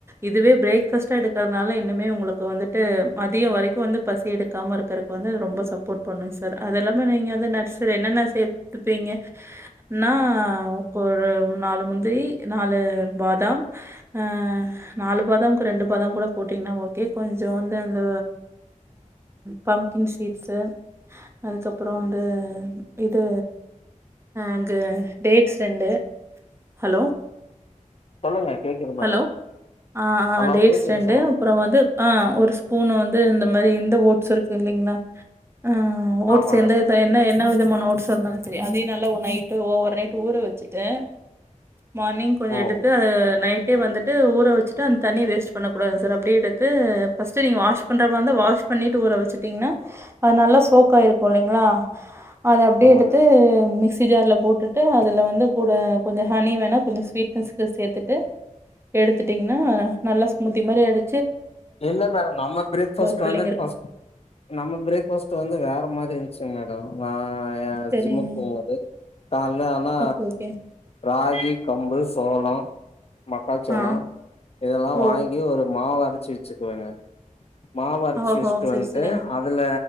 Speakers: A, on the right (about 20°); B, on the left (about 50°).
A: இதுவே பிரேக்ஃபாஸ்ட்டா எடு இருக்கிறதுனால இன்னுமே உங்களுக்கு வந்துட்டு மதியம் வரைக்கும் வந்து பசி எடுக்காமல் இருக்கக்கு வந்து ரொம்ப சப்போர்ட் பண்ணுங்க சார் அது இல்லாமல் நீங்கள் வந்து நர்ஸர் என்னென்ன வேற என்னேன் ன வந்து எடுத்திருப்பிங்க ஆனா ஒரு நாழு முந்திரி நாழு பாதாம் ஹ நாழு பாதாமுக்கு ரெண்டு பாதாம் கூட போட்டிங்கன்னா ஓகே கொஞ்ச அந்த அந்த பம்ப்கிங் ஷீட்ஸு அதுக்கப்புறம் வந்து இது அங்கே டேட்ஸ் ரெண்டு ஹலோ
B: சொல்லுங்க கேக்குது மேடம்
A: ஹலோ அஹ
B: ஹலோ
A: அதே
B: கேக்குது
A: ஃப்ரெண்டு
B: சொல்லுங்க
A: அப்பறம் வந்து அஹ ஒரு ஸ்பூன் வந்து அது மாதிரி எந்த ஓட்ஸ் இருக்கு இல்லைங்கன்னா உம் ஓட்ஸ்
B: ஆமாங்க
A: எந்த என்ன என்ன விதமா நோட்ஸ் இந்தாலும் செரி அதையும் நல்லா நைட்டு ஓவர் நைட் ஊற வச்சுட்டு மார்னிங் கொஞ்சம்
B: ம்
A: எடுத்து அது நைட் அப்டியே வந்துட்டு ஊற வச்சுட்டு அந்த தண்ணிய வேஸ்ட் பண்ணக்கூடாது சார் அப்படியே எடுத்து ஃபஸ்ட்டு நீங்கள் வாஷ் பண்ற மாத வந்து வாஷ் பண்ணிட்டு ஊற வச்சுட்டிங்கா அது நல்லா சோக்காயிருக்கும் இல்லைங்களா அத அப்படியே
B: ஆமாங்க
A: எடுத்து மிக்சி ஜார்ல போட்டுட்டு அதுல வந்து கூட கொஞ்சம் ஹனி வேணா கொஞ்சம் ஸ்வீட்னஸ்க்கு சேர்த்துட்டு எடுத்துட்டீங்கன்னா நல்லா ஸ்மூதி மாதிரி அது
B: இல்ல மேடம் நம்ம பிரேக்பாஸ்ட்
A: ஃபில்லிங்கா
B: பாஸ்
A: இருக்கு
B: வந்து நம்ம பிரேக்பாஸ்ட் வந்து வேற மாதிரி இருந் சு மேடம் நான் என்
A: சரிங்க
B: ஜிம்முக்கு போகும்போது கால்ல ஆனா
A: ஓகே ஓகே
B: ராகி கம்பு சோளம் மக்காச்சோளம்
A: ஆ
B: இதெல்லாம்
A: ஓ
B: வாங்கி ஒரு மாவர அரச் சுக்குவேங்க மாவாரச்சு
A: ஓஹோ
B: வச்ட்
A: செரி
B: வந்துட்டு
A: செரிங்க
B: அதுல